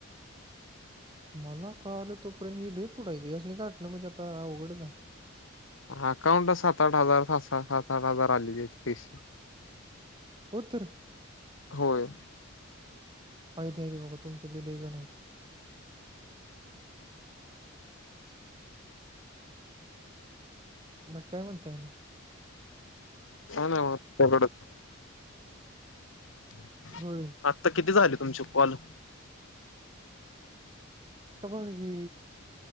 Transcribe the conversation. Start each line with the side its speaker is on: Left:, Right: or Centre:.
Right: मला कळालं तोपर्यंत ही लई पुढायती, यासन गाठण म्हणजे आता अवघडच आहे.
Left: अकाउंटला सात, आठ हजार, सहा, सात आठ हजार आलेलातय पैसे.
Right: हो तर.
Left: होय.
Right: हायती हायती बघा तुमच्यातली लय जन हायती. बाकी काय म्हणताय.
Left: काय नाही बघा तुमच्याकड. <inaudible>
Right: होय.
Left: आत्ता किती झाले तुमचे कॉल.
Right: आता बघा की